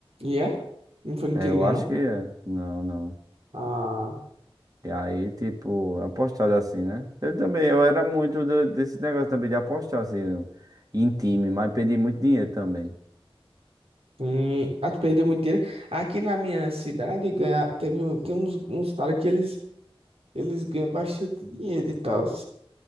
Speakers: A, on the right (about 80°); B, on the right (about 40°).
A: E é? Não foi no
B: É,
A: Tigre,
B: eu acho
A: não?
B: que é. Não, não.
A: Ah,
B: E aí, tipo, apostado assim, né? Eu também, eu era muito do- desse negócio também de apostar assim, no- em time, mas perdi muito dinheiro também.
A: sim. Ah, tu perdeu muito dinheiro. Aqui na minha cidade ganha, teve, um- tem uns, uns caras que eles. Eles ganham bastante dinheiro e tal.